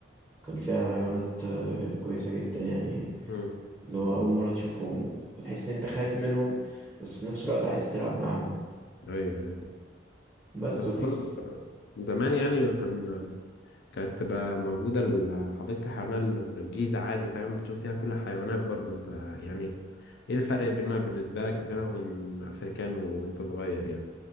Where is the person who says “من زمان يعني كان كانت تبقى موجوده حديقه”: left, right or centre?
Left